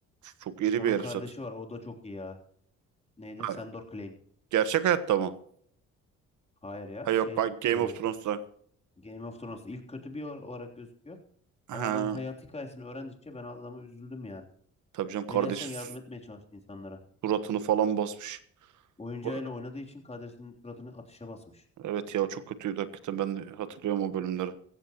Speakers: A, on the right (about 75°); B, on the left (about 20°).
A: Çok iri
B: Onun
A: bir herif
B: kardeşi
A: zaten.
B: var. O da çok iyi ya. Neydi?
A: Ha,
B: Sandor Clegane.
A: gerçek hayatta mı?
B: Hayır ya.
A: Ha
B: Şey
A: yok bak Game
B: e,
A: of Thrones'ta.
B: Game of Thrones ilk kötü bir olarak gözüküyor.
A: Ha,
B: Ama adamın hayat hikayesini öğrendikçe ben adama üzüldüm yani.
A: tabii canım kardeşi
B: Ve gerçekten yardım
A: su-
B: etmeye çalıştı insanlara.
A: suratını falan basmış.
B: Oyuncağıyla
A: O-
B: oynadığı için kadresinin suratını ateşe basmış.
A: Evet ya çok kötüydü hakikaten ben hatırlıyorum o bölümleri.